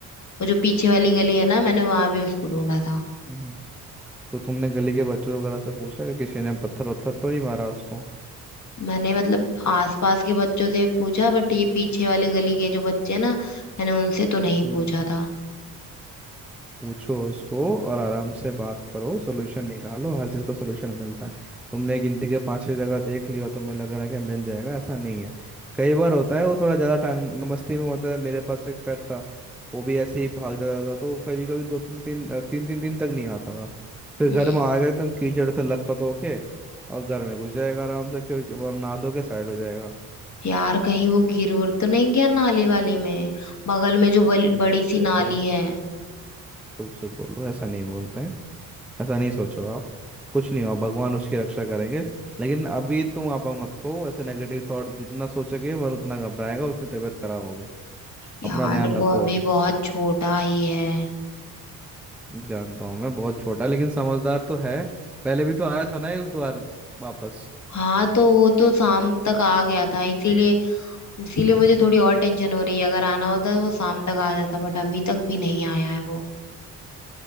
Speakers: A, on the left; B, in the centre.
A: वो जो पीछे वाली गली है ना मैंने वहां भी उसको ढूंढा था
B: हम्म तो तुमने गली के बच्चों वगैरह से पूछा कि किसी ने पत्थर वत्थर तो नहीं मारा उसको
A: मैंने मतलब आसपास के बच्चों से पूछा बट ये पीछे वाली गली के जो बच्चे हैं ना मैंने उनसे तो नहीं
B: हम्म
A: पूछा था
B: पूछो उसको और आराम से बात करो सोल्यूशन निकालो हर चीज़ का सोल्यूशन मिलता है तुमने गिनती के पांच छह जगह देख लिया तुम्हें लग रहा है कि मिल जाएगा ऐसा नहीं है कई बार होता है वो थोड़ा ज़्यादा टाइम मस्ती में होता है मेरे पास एक पेट था वो भी ऐसे ही भाग जाता था तो कभी कभी दो तीन तीन तीन तीन दिन तक नहीं आता था फिर
A: हम्म।
B: घर में आएगा एकदम कीचड़ से लथपथ होके और घर में घुस जाएगा आराम से क्योंकि वो नहा धो के साइड हो जाएगा
A: यार कहीं वो गिर उर तो नहीं गया नाली वाली में बगल में जो बल-
B: नहीं
A: बड़ी
B: अरे
A: सी नाली है
B: चुप चुप बोलो ऐसा नहीं बोलते हैं। ऐसा नहीं सोचो आप कुछ नहीं हो भगवान उसकी रक्षा करेंगे लेकिन अभी तुम आपा मत खो ऐसे नेगेटिव थॉट जितना सोचोगे मगर उतना घबराएगा उतनी तबीयत खराब होगी
A: यार
B: अपना ध्यान
A: वो
B: रखो
A: अभी
B: अभी
A: बहुत छोटा ही है
B: जानता हूँ मैं बहुत छोटा लेकिन समझदार तो है पहले भी तो आया था ना ये उस द्वार वापस
A: हाँ तो वो तो शाम तक आ गया था इसीलिए इसीलिए मुझे थोड़ी और टेंशन हो रही है अगर आना होता तो वो शाम तक आ जाता बट अभी तक भी नहीं आया है वो